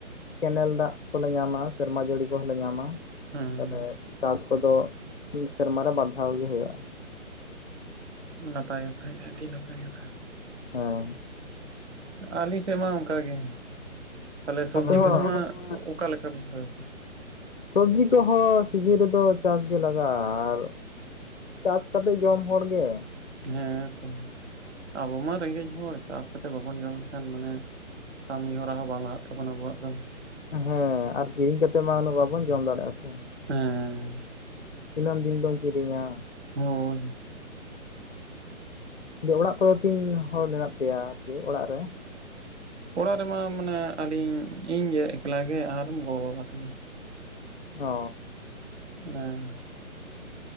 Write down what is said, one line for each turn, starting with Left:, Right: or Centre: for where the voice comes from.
Left: ᱠᱮᱱᱮᱞ ᱫᱟᱜ ᱠᱚᱞᱮ ᱧᱟᱢᱟ ᱥᱮᱨᱢᱟ ᱡᱟᱹᱲᱤ ᱠᱚᱦᱚᱸᱞᱮ ᱧᱟᱢᱟ
Right: ᱦᱮᱸ
Left: ᱛᱟᱦᱚᱞᱮ ᱪᱟᱥ ᱠᱚᱫᱚ ᱥᱮᱨᱢᱟ ᱨᱮ ᱵᱟᱨ ᱫᱷᱟᱣ ᱜᱮ ᱦᱩᱭᱩᱜᱼᱟ
Right: ᱦᱮᱸ ᱱᱟᱯᱟᱭ ᱠᱟᱛᱷᱟ ᱜᱮ ᱟᱹᱰᱤ ᱱᱟᱯᱟᱭ ᱠᱟᱛᱷᱟ
Left: ᱦᱚᱸ
Right: ᱟᱹᱞᱤᱧ ᱥᱮᱫ ᱢᱟ ᱚᱱᱠᱟᱜᱮ ᱛᱟᱦᱚᱞᱮ ᱥᱚᱵᱽᱡᱤ
Left: ᱚᱱᱛᱮ ᱦᱚᱸ
Right: ᱠᱚᱫᱚ ᱢᱟ ᱚᱠᱟ ᱞᱮᱠᱟ ᱵᱤᱱ ᱨᱚᱦᱚᱭ
Left: ᱥᱚᱵᱽᱡᱤ ᱠᱚᱦᱚᱸ ᱥᱤᱡᱤᱱ ᱨᱮᱫᱚ ᱪᱟᱥ ᱜᱮ ᱞᱟᱜᱟᱜᱼᱟ ᱟᱨ ᱪᱟᱥ ᱠᱟᱛᱮᱜ ᱡᱚᱢ ᱦᱚᱲ ᱜᱮ
Right: ᱦᱮᱸ ᱛᱚ ᱟᱵᱚ ᱢᱟ ᱨᱮᱸᱜᱮᱡ ᱦᱚᱲ ᱪᱟᱥ ᱠᱟᱛᱮᱜ ᱵᱟᱵᱚᱱ ᱡᱚᱢ ᱞᱮᱠᱷᱟᱱ ᱢᱟᱱᱮ ᱠᱟᱹᱢᱤ ᱦᱚᱨᱟ ᱦᱚᱸ ᱵᱟᱝ ᱞᱟᱦᱟᱜ ᱛᱟᱵᱚᱱᱟ ᱟᱵᱚᱣᱟᱜ ᱫᱚ
Left: ᱦᱮᱸ ᱟᱨ ᱠᱤᱨᱤᱧ ᱠᱟᱛᱮᱜ ᱢᱟ ᱩᱱᱟᱹᱜ ᱵᱟᱵᱚᱱ ᱡᱚᱢ ᱫᱟᱲᱮᱭᱟᱜᱼᱟ ᱥᱮ
Right: ᱦᱮᱸ
Left: ᱛᱤᱱᱟᱹᱢ ᱫᱤᱱ ᱫᱚᱢ ᱠᱤᱨᱤᱧᱟ
Right: ᱦᱚᱭ
Left: ᱢᱮᱱᱫᱤᱧ ᱚᱲᱟᱜ ᱠᱚᱨᱮ ᱫᱚ ᱛᱤᱱ ᱦᱚᱲ ᱢᱮᱱᱟᱜ ᱯᱮᱭᱟ ᱟᱨᱠᱤ ᱚᱲᱟᱜ ᱨᱮ
Right: ᱚᱲᱟᱜ ᱨᱮᱢᱟ ᱢᱟᱱᱮ ᱟᱹᱞᱤᱧ ᱤᱧ ᱜᱮ ᱮᱠᱞᱟ ᱜᱮ ᱟᱨ ᱜᱚ ᱵᱟᱵᱟ ᱛᱟᱠᱤᱱ
Left: ᱚ
Right: ᱦᱮᱸ